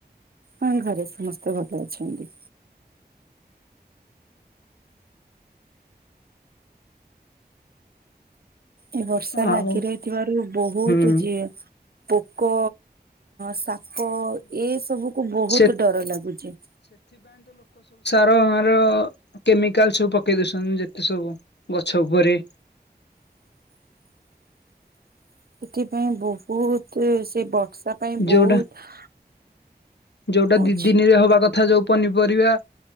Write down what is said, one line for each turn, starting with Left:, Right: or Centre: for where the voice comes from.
Right: ହଁ ଘରେ ସମସ୍ତେ ଭଲ ଅଛନ୍ତି। ଏ ବର୍ଷା ଲାଗି
Left: ଆଉ
Right: ରହିଥିବାରୁ ବହୁତ
Left: ହୁଁ
Right: ଜୀ ପୋକ, ସା ପ ଏ ସବୁକୁ ବହୁତ
Left: ସେ
Right: ଡର ଲାଗୁଚି।
Left: ଆ ଆମର କେମିକାଲ ସବୁ ପକେଇ ଦଉଛନ୍ତି, ଯେତେ ସବୁ ଗଛ ଉପରେ।
Right: <inaudible> ସେଥିପାଇଁ ବହୁତ, ସେ ବର୍ଷା ପାଇଁ
Left: ଯୋଉଟା
Right: ବହୁତ
Left: ଯୋଉଟା
Right: ହଉଛି
Left: ଦି ଦିନିରେ ହବା କଥା, ଯୋଉ ପନିପରିବା